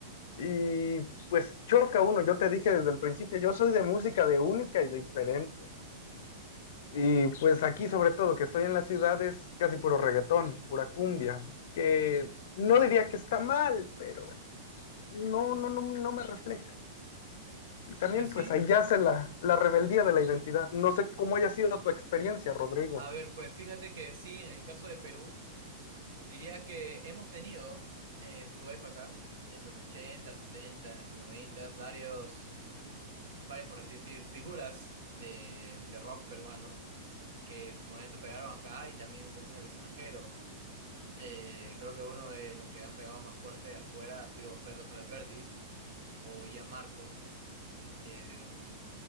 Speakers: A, on the left; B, on the right.
A: Y pues choca uno, yo te dije desde el principio, yo soy de música de única y diferente. Y pues aquí sobre todo, que estoy en la ciudad, es casi puro reggaetón, pura cumbia, que no
B: Ujú.
A: diría que está mal, pero no, no, no, no me refleja. Y también
B: Pues sí,
A: pues ahí yace la, la rebeldía de la identidad. No sé cómo haya sido tu experiencia, Rodrigo.
B: a ver, pues fíjate que sí, en el caso de Perú, diría que hemos tenido en su época, en los 80, 70 y 90, varios, varias, por así decir, figuras de, de rock peruano que en su momento pegaron acá y también un poco en el extranjero. Eh, creo que uno de los que han pegado más fuerte de afuera ha sido Pedro Soles Vértiz o Gianmarco. Eh,